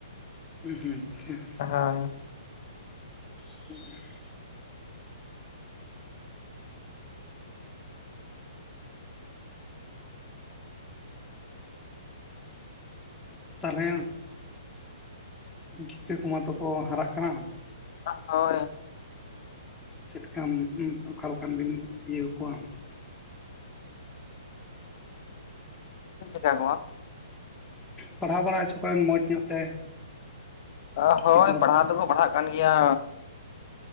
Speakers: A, in the centre; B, on the left (about 50°).
A: ᱦᱩᱸ- ᱦᱩᱸ ᱟᱪᱪᱷᱟ᱾
B: ᱦᱮᱸ
A: <inaudible> ᱛᱟᱦᱚᱞᱮ ᱜᱤᱛᱽᱨᱟᱹ ᱠᱚᱢᱟᱛᱚᱠᱚ ᱦᱟᱨᱟᱜ ᱠᱟᱱᱟ᱾
B: ᱦᱳᱭ
A: ᱪᱮᱫᱠᱟᱢ ᱚᱠᱟ ᱞᱮᱠᱟᱱ ᱵᱤᱱ ᱤᱭᱟᱹ ᱠᱚᱣᱟ᱾
B: <unintelligible>
A: ᱯᱟᱲᱦᱟᱣ ᱵᱟᱲᱟ ᱦᱚᱪᱚ ᱠᱚᱵᱮᱱ ᱢᱚᱸᱡᱽ ᱧᱚᱜ ᱛᱮ᱾
B: ᱟ ᱦᱳᱭ
A: ᱥᱤᱠᱷᱱᱟᱹᱛ
B: ᱯᱟᱲᱦᱟᱣ ᱫᱚᱠᱚ ᱯᱟᱲᱦᱟᱜ ᱠᱟᱱ ᱜᱮᱭᱟ᱾